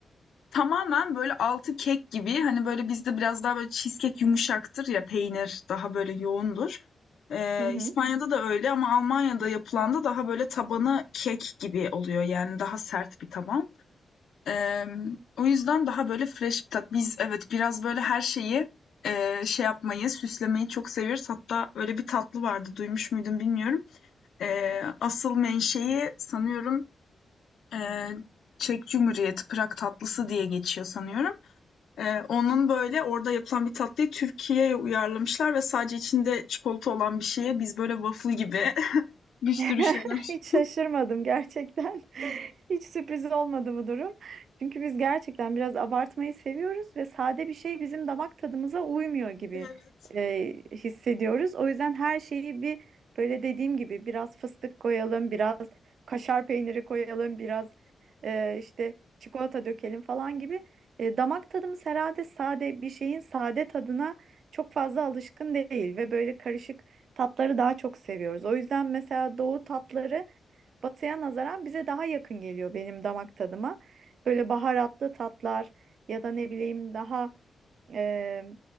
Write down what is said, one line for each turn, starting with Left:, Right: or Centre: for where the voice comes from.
Left: Tamamen böyle altı kek gibi, hani, böyle, bizde biraz daha böyle cheesecake yumuşaktır ya, peynir daha böyle yoğundur. Eee,
Right: Hı hı.
Left: İspanya'da da öyle ama Almanya'da yapılan da daha böyle tabanı kek gibi oluyor, yani daha sert bir taban. Emm, o yüzden daha böyle fresh bir tat. Biz evet, biraz böyle her şeyi, eee, şey yapmayı, süslemeyi çok seviyoruz. Hatta öyle bir tatlı vardı, duymuş muydun bilmiyorum. Eee, asıl menşei sanıyorum, eee, Çek Cumhuriyeti, Prag tatlısı diye geçiyor sanıyorum. Eee, onun böyle orada yapılan bir tatlıyı Türkiye'ye uyarlamışlar ve sadece içinde çikolata olan bir şeye biz böyle waffle gibi <laughs> bir sürü
Right: <laughs>
Left: şeyler
Right: Hiç şaşırmadım gerçekten. <laughs> Hiç sürpriz olmadı bu durum. Çünkü biz gerçekten biraz abartmayı seviyoruz ve sade bir şey bizim damak tadımıza uymuyor gibi
Left: Evet.
Right: e, hissediyoruz. O yüzden her şeyi bir böyle dediğim gibi biraz fıstık koyalım, biraz kaşar peyniri koyalım, biraz e, işte çikolata dökelim falan gibi. E, damak tadımız herhalde sade bir şeyin sade tadına çok fazla alışkın değil ve böyle karışık tatları daha çok seviyoruz. O yüzden mesela doğu tatları batıya nazaran bize daha yakın geliyor benim damak tadıma. Böyle baharatlı tatlar ya da ne bileyim daha e,